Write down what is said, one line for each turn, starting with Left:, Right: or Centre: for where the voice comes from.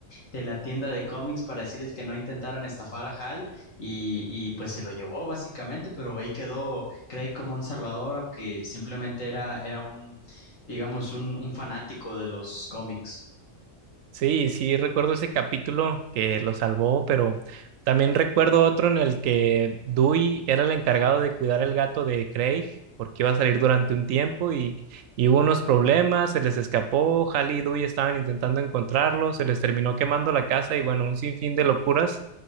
Left: de la tienda de cómics para decirles que no intentaran estafar a Hal y, y pues se lo llevó básicamente, pero ahí quedó Craig como un salvador, aunque simplemente era, era un, digamos, un, un fanático de los cómics.
Right: Sí, sí, recuerdo ese capítulo que lo salvó, pero también recuerdo otro en el que Dewey era el encargado de cuidar el gato de Craig, porque iba a salir durante un tiempo y, y hubo unos problemas, se les escapó, Hal y Dewey estaban intentando encontrarlo, se les terminó quemando la casa y bueno, un sinfín de locuras.